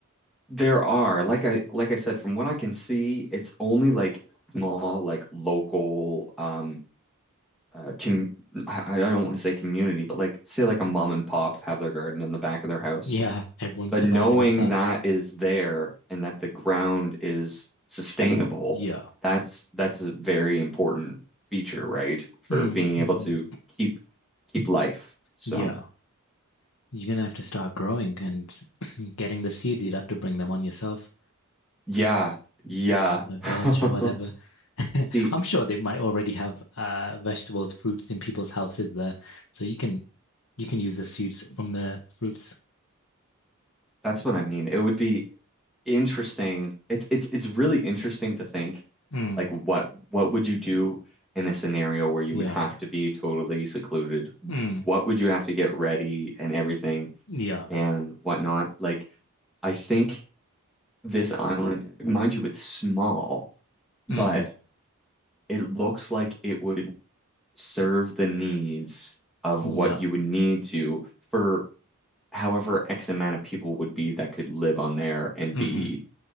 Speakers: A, in the centre; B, on the left (about 75°).
A: There are, like I like I said, from what I can see, it's only like small, like local, um, uh, com I, I don't want to say community, but like say like a mom and pop have their garden in the back of their house.
B: Yeah. Everyone's
A: But
B: surviving
A: knowing
B: off that.
A: that is there and that the ground is sustainable,
B: Yeah.
A: that's that's a very important feature, right? For
B: Mm,
A: being
B: mhm.
A: able to keep keep life. So
B: Yeah. You're gonna have to start growing and <laughs> <clears throat> getting the seed. You'd have to bring them on yourself
A: yeah, yeah.
B: or the veg
A: <laughs>
B: or whatever. <laughs>
A: See,
B: I'm sure they might already have uh vegetables, fruits in people's houses there. So you can you can use the seeds from the fruits.
A: that's what I mean. It would be. interesting. It's it's it's really interesting to think
B: Mm.
A: like what what would you do in a scenario where you
B: Yeah.
A: would have to be totally secluded?
B: Mm,
A: What would you have to get ready and everything
B: yeah.
A: and whatnot? Like I think this island, mind you, it's small, but
B: hmm
A: it looks like it would serve the needs of
B: Yeah.
A: what you would need to for however X amount of people would be that could live on there and
B: hmm
A: be